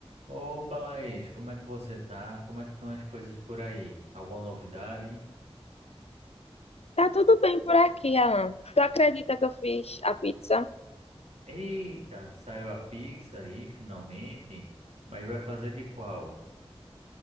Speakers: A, on the right; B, on the left.
A: Opa, Laís, como é que você tá? Como é que estão as coisas por aí? Alguma novidade?
B: Tá tudo bem por aqui, Alan. Tu acredita que eu fiz a pizza?
A: Eita, saiu a pizza aí, finalmente, mas vai fazer de qual?